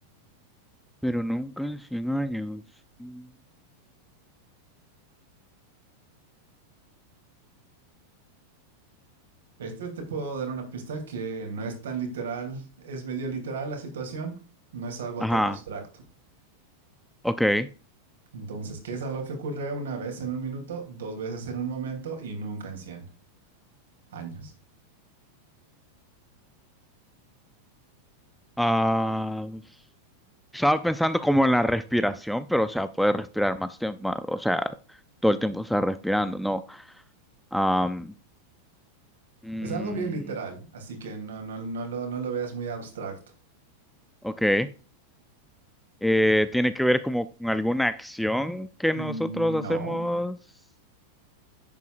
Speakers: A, in the centre; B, on the right (about 60°).
A: Pero nunca en cien años. Mm.
B: Este te puedo dar una pista que no es tan literal, es medio literal la situación, no es algo
A: Ajá,
B: tan abstracto.
A: ok.
B: Entonces, ¿qué es algo que ocurre una vez en un minuto, dos veces en un momento y nunca en cien años?
A: Ah, estaba pensando como en la respiración, pero o sea, puedes respirar más tiempo, o sea, todo el tiempo estás respirando, ¿no? Am, mm,
B: Es algo bien literal, así que no, no, no lo, no lo veas muy abstracto.
A: ok. Eh, tiene que ver como con alguna acción que nosotros
B: Mm,
A: hacemos.
B: No.